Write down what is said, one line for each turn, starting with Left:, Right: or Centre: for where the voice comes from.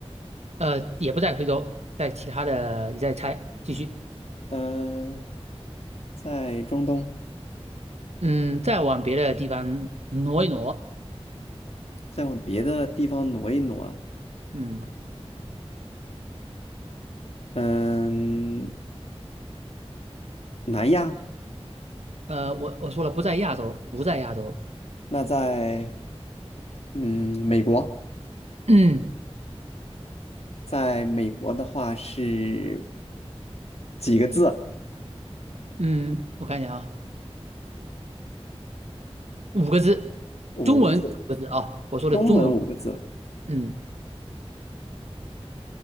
Right: 呃，也不在非洲，在其他的，你再猜，继续，
Left: 嗯、在中东，
Right: 嗯，再往别的地方挪一挪，
Left: 再往别的地方挪一挪啊，
Right: 嗯，
Left: 嗯、南亚。
Right: 呃，我我说了不在亚洲，不在亚洲，
Left: 那在嗯美国，
Right: 嗯
Left: 在美国的话是几个字？
Right: 嗯，我看一下啊，五个字，
Left: 五个字，
Right: 中文五个字啊，我说的中文五个字，
Left: 中文五个字，
Right: 嗯，